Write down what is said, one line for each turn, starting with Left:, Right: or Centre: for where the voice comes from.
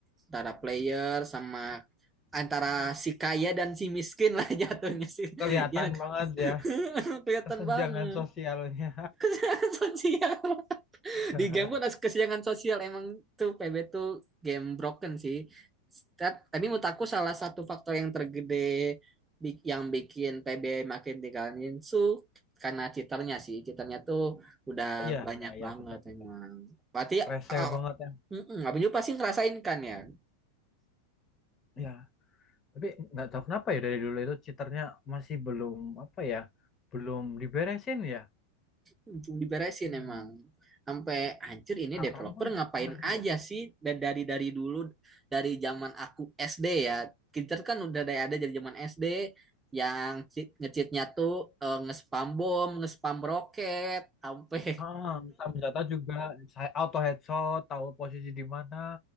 Right: Antara player sama antara si kaya dan si miskin lah jatuhnya sih. <laughs>
Left: kelihatan
Right: Ya
Left: banget ya
Right: <laughs> kelihatan
Left: kesenjangan
Right: banget
Left: sosialnya
Right: <laughs> sosial. <laughs>
Left: <laughs>
Right: di game pun ada kesenjangan sosial emang tuh PB tuh game broken sih tapi menurut aku salah satu faktor yang tergede bi- yang bikin PB makin tinggalin su karena cheaternya sih cheaternya tuh udah
Left: iya
Right: banyak
Left: iya iya
Right: banget
Left: betul betul
Right: emang berarti uh,
Left: rese banget ya
Right: mm-mm, Abang juga pasti ngerasain kan ya
Left: iya tapi nggak tahu kenapa ya dari dulu itu cheaternya masih belum apa ya belum diberesin ya
Right: belum diberesin
Left: hmm.
Right: emang sampai hancur
Left: sekarang
Right: ini developer
Left: pun
Right: ngapain
Left: masih
Right: aja
Left: ya
Right: sih dan dari dari dulu dari zaman aku SD ya kita kan udah dari ada dari zaman SD yang cheat- nge-cheatnya tuh eh, nge-spam bom nge-spam roket sampai
Left: ah, sama senjata juga saya auto headshot tahu posisi di mana